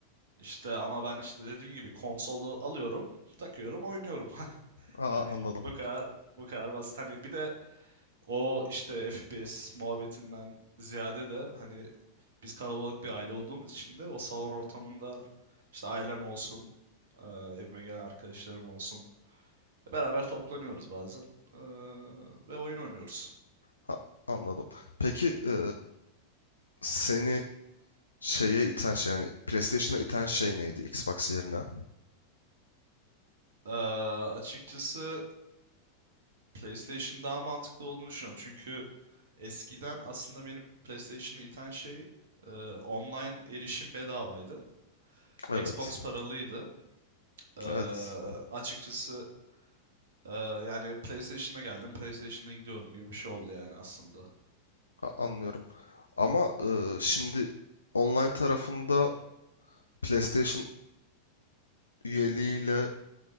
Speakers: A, on the right (about 60°); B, on the left (about 75°).
A: işte ama ben işte dediğim gibi konsolu alıyorum, takıyorum, oynuyorum. <laughs>
B: Aa
A: Hani
B: anladım.
A: bu kadar bu kadar basit. Hani bir de o işte FPS muhabbetinden ziyade de hani biz kalabalık bir aile olduğumuz için de o salon ortamında işte ailem olsun, eee, evime gelen arkadaşlarım olsun, Beraber toplanıyoruz bazen. Ee, ve oyun oynuyoruz.
B: Ha, anladım. Peki e, seni şeye iten şey yani PlayStation'a iten şey neydi Xbox yerine?
A: Ee, açıkçası PlayStation daha mantıklı olduğunu düşünüyorum. Çünkü eskiden aslında beni PlayStation'a iten şey e, online erişim bedavaydı.
B: Evet.
A: Xbox paralıydı. Ee,
B: Evet.
A: açıkçası e, yani PlayStation'a geldim, PlayStation'a gidiyorum gibi bir şey oldu yani aslında.
B: Ha- anlıyorum. Ama e, şimdi online tarafında PlayStation'ın üyeliğiyle